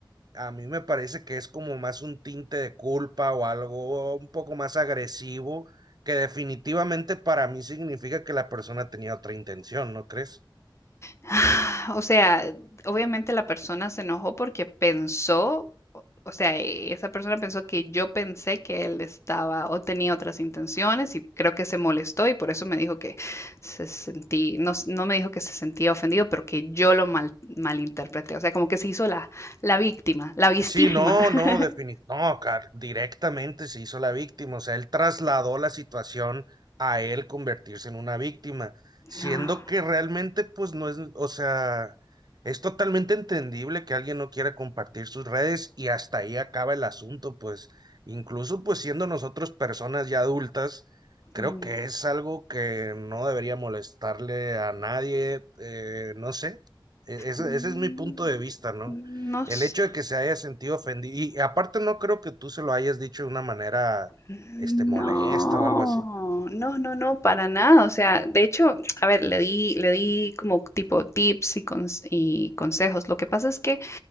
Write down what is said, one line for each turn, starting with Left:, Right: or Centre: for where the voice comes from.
Right: a mí me parece que es como más un tinte de culpa o algo un poco más agresivo, que definitivamente para mí significa que la persona tenía otra intención, ¿no crees?
Left: <sighs> O sea, obviamente la persona se enojó porque pensó, o o sea, e- esa persona pensó que yo pensé que él estaba o tenía otras intenciones y creo que se molestó y por eso me dijo que se sentí, no, s- no me dijo que se sentía ofendido, pero que yo lo mal, malinterpreté. O sea, como que se hizo la, la víctima, la vistísima.
Right: Sí, no,
Left: <laughs>
Right: no, definit no, car- directamente se hizo la víctima, o sea, él trasladó la situación a él convertirse en una víctima, siendo
Left: No.
Right: que realmente pues no es, o sea, es totalmente entendible que alguien no quiera compartir sus redes y hasta ahí acaba el asunto, pues incluso pues siendo nosotros personas ya adultas, creo
Left: Mm,
Right: que es algo que no debería molestarle a nadie, eh, no sé, E- ese
Left: mm,
Right: ese es mi punto de vista, ¿no?
Left: No
Right: El
Left: sé.
Right: hecho de que se haya sentido ofendido, y aparte no creo que tú se lo hayas dicho de una manera,
Left: No,
Right: este, molesta o algo así.
Left: no, no, no, para nada. O sea, de hecho, a ver, le di, le di como tipo tips y, cons- y consejos. Lo que pasa es que